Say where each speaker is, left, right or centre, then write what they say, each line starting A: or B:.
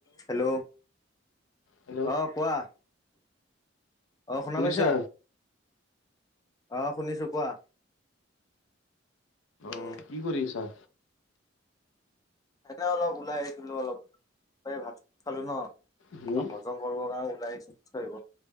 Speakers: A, on the left; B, on the left.
A: Hello
B: hello
A: আহ কোৱা। আহ শুনা
B: শুনিছা
A: পাইছা। আহ শুনিছো কোৱা। উম
B: অ', কি কৰিছা?
A: এনে অলপ ওলাই আহিছিলো অলপ এই ভাত খালো ন
B: হুম
A: অ', হজম কৰিব কাৰণ ওলাই আহছো খোজ কাঢ়িব।